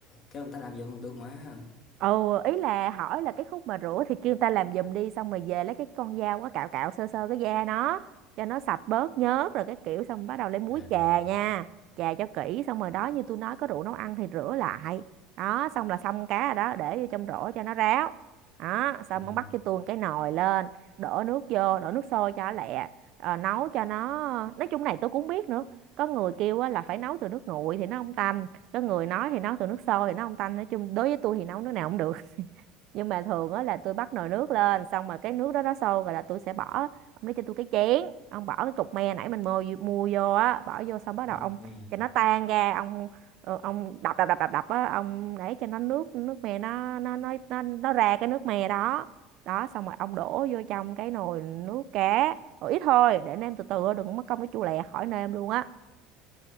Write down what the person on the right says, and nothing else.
ừ ý là hỏi là cái khúc mà rửa thì kêu người ta làm giùm đi xong rồi về lấy cái con dao á cạo cạo sơ sơ cái da nó cho nó sạch bớt nhớt rồi cái kiểu xong bắt đầu lấy muối
chà nha chà cho kỹ xong rồi đó như tôi nói có rượu nấu ăn thì rửa lại đó xong là xong cá rồi đó để vô trong rổ cho nó ráo đó xong
ông bắt cho tôi cái nồi lên đổ nước vô đổ nước sôi cho lẹ ờ, nấu cho nó nói chung này tôi cũng không biết nữa có người kêu á, là phải nấu từ nước nguội thì nó không tanh có người nói thì nấu từ nước sôi thì nấu không tanh nói chung đối với tôi thì nấu nước nào cũng được <laughs> nhưng mà thường á là tôi bắt nồi nước lên xong rồi cái nước đó nó sôi rồi là tôi sẽ bỏ ông lấy cho tôi cái chén ông bỏ cái cục me nãy mình mua mua vô á bỏ vô xong bắt
đầu ông
cho nó tan ra ông ờ, ông đập đập đập đập đập á ông để cho nó nước nước me nó nó nó nó nó ra cái nước me đó đó xong rồi ông đổ vô trong cái nồi nước cá rồi ít thôi để nêm từ từ đừng mất công nó chua lẹ khỏi nêm luôn á